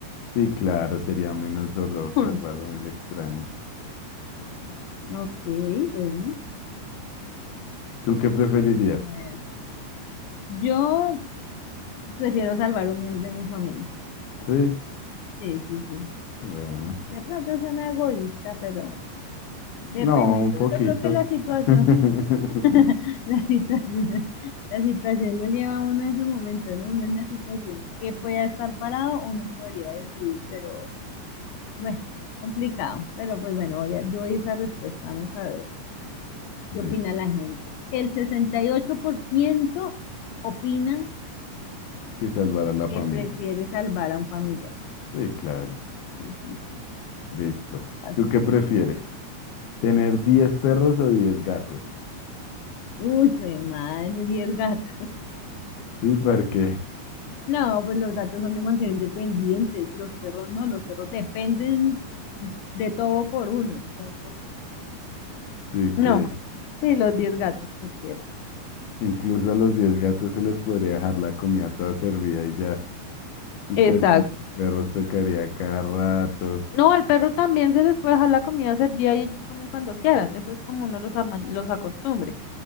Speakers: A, on the left; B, on the left.
A: Sí, claro, sería menos dolor salvar
B: Mm.
A: a mil extraños.
B: Ok, bueno.
A: ¿Tú qué preferirías?
B: A ver, yo prefiero salvar un miembro de mi familia.
A: Sí,
B: Sí, sí, sí.
A: bueno.
B: De pronto suena egoísta, pero dependiendo,
A: No, un poquito.
B: yo creo que la situación,
A: <laughs>
B: <laughs> la situación, la situación lo lleva a uno a ese momento, ¿no? Uno en la situación que pueda estar parado, uno podría decidir, pero bueno, complicado. Pero pues bueno, voy a- doy esa respuesta, vamos a ver
A: Listo.
B: qué opina la gente. El 68% opinan
A: Que salvar a la
B: que
A: familia.
B: prefiere salvar a un familiar.
A: Sí, claro.
B: Sí, sí, sí,
A: Listo.
B: pasó.
A: ¿Tú qué prefieres? ¿Tener 10 perros o diez gatos?
B: Uy, fue madre, 10 gatos.
A: Sí, porque
B: No, pues los gatos son demasiado independientes, los perros no, los perros dependen de todo por uno. Entonces,
A: sí
B: no,
A: que
B: sí, los 10 gatos prefiero.
A: incluso a los diez gatos se les podría dejar la comida toda servida y ya. Entonces
B: Exacto.
A: que los perros tocaría cada rato.
B: No, al perro también se les puede dejar la comida servida y ellos comen cuando quieran. Eso es como uno los, ama- los acostumbre.